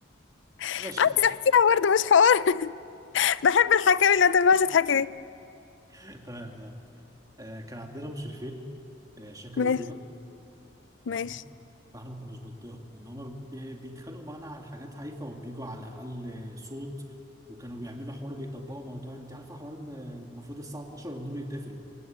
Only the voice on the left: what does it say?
عايز
احكيها برضه مش حوار <laughs> بحب الحكاوي اللي ما تنفعش
تحكي دي
ماشي
ماشي